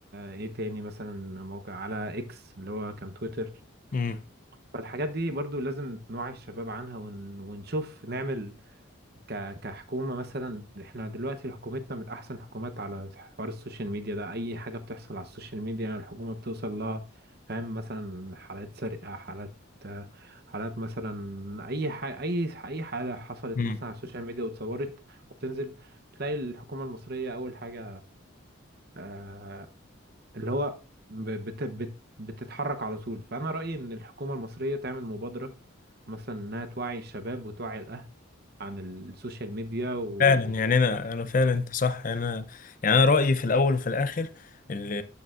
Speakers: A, on the right; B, on the left.
A: ايه تاني مثلا موقع على اكس اللي هو كان تويتر
B: امم
A: فالحاجات دي برضو لازم نوعي الشباب عنها ون... ونشوف نعمل ك... كحكومة مثلا احنا دلوقتي حكومتنا من أحسن الحكومات على حوار السوشيال ميديا ده أي حاجة بتحصل على السوشيال ميديا الحكومة بتوصل لها فاهم مثلا حالات سرقة حالات حالات مثلا أي حاجة أي أي حالة حصلت
B: امم
A: مثلا على السوشيال ميديا واتصورت وبتنزل تلاقي الحكومة المصرية أول حاجة آه، اللي هو ب- بت بت بتتحرك على طول فأنا رأيي إن الحكومة المصرية تعمل مبادرة مثلا إنها توعي الشباب وتوعي الأهل عن السوشيال ميديا و
B: فعلا يعني انا انا فعلا انت صح انا يعني انا رايي في الاول وفي الاخر اللي